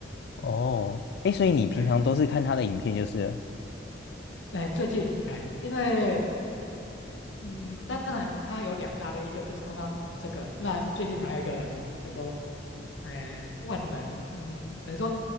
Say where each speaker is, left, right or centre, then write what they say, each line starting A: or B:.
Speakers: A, on the left (about 60°); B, on the left (about 75°).
A: 哦，
B: 嗯，
A: 哎，所以你平常都是看他的影片就是了
B: 对，哎，最近，哎，因为嗯，那当然，它有两大类，一个就是刚刚这个，那最近还有一个，等于说，呃，万能，嗯，等于说